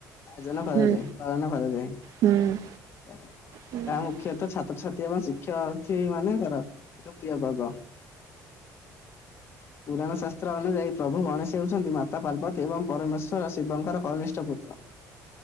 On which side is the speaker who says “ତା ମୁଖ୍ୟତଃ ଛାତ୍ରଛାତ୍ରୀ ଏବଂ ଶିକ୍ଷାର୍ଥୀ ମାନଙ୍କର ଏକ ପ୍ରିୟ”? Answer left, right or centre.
Left